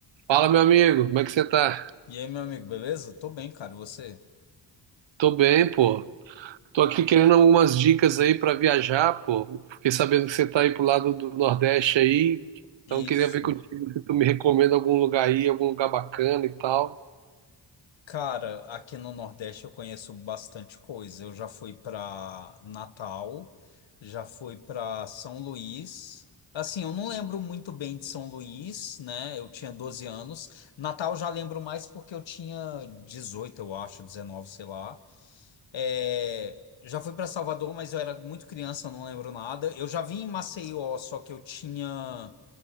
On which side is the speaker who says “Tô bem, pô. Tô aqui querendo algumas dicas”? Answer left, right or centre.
Right